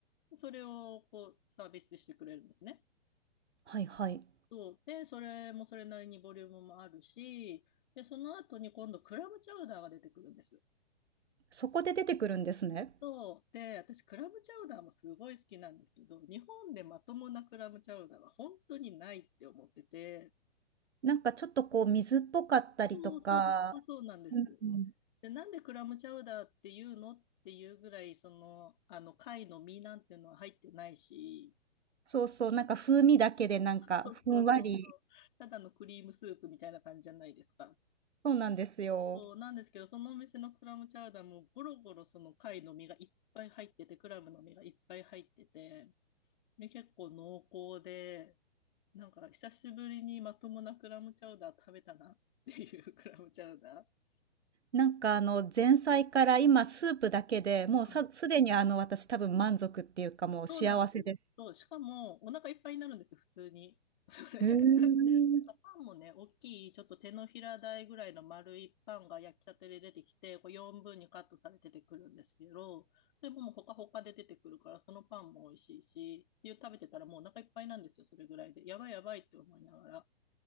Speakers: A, on the left (about 45°); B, on the right (about 75°).
A: それをこうサービスしてくれるんですね。
B: はいはい。
A: そう。で、それもそれなりにボリュームもあるし、で、その後に今度クラムチャウダーが出てくるんです
B: そこで出てくるんですね。
A: そう。で、私クラムチャウダーもすごい好きなんですけど、日本でまともなクラムチャウダーは本当にないって思ってて、
B: なんかちょっとこう水っぽかったりとか、
A: そうそうそうそうそうなんです。
B: うんうん。
A: で、なんでクラムチャウダーっていうのっていうぐらい、その、あの、貝の身なんていうのは入ってないし、
B: そうそう、なんか風味だけでなんかふんわり、
A: そうそうそうそう。ただのクリームスープみたいな感じじゃないですか。
B: そうなんですよ。
A: そうなんですけど、そのお店のクラムチャウダーもゴロゴロその貝の身がいっぱい入ってて、クラムの身がいっぱい入ってて、で、結構濃厚で、なんか久しぶりにまともなクラムチャウダー食べたなっていう <laughs> クラムチャウダー。
B: なんかあの前菜から今スープだけで、もうさすでにあの私多分満足っていうかもう幸せです。
A: うん。そうなんですよ。そう、しかもお腹いっぱいになるんですよ、普通に。それ。
B: へん。
A: なんかパンもね、大きい、ちょっと手のひら大ぐらいの丸いパンが焼きたてで出てきて、こう4分にカットされて出てくるんですけど、それももうほかほかで出てくるから、そのパンも美味しいし、っていう食べてたらもうお腹いっぱいなんですよ、それぐらいで。やばいやばいって思いながら。